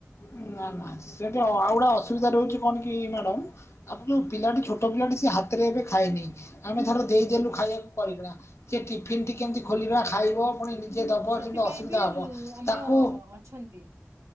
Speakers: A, on the left; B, on the right.
A: ନା ନା ସେଠି ଅ ଆଉ ଗୁଟେ ଅସୁବିଧା ରହୁଛି। କଣ କି ମ୍ୟାଡ ଆପ ଯୋଉ ପିଲାଟି ଛୋଟ ପିଲାଟି ସେ ହାତରେ ଏବେ ଖାଇନି ଆମେ ଧର ଦେଇଦେଲୁ ଖାଇବାକୁ କରିକିଣା ଯେ ଟିଫିିନ ଟି କେମିତି ଖୋଲିବା ଖାଇବ ପୁଣି ନିଜେ ଦେବ
B: ସେଥିପାଇଁ
A: ସେମିତି ଅସୁବିଧା
B: ବି
A: ହେବ
B: ଆମର
A: ତାକୁ
B: ଅଛନ୍ତି।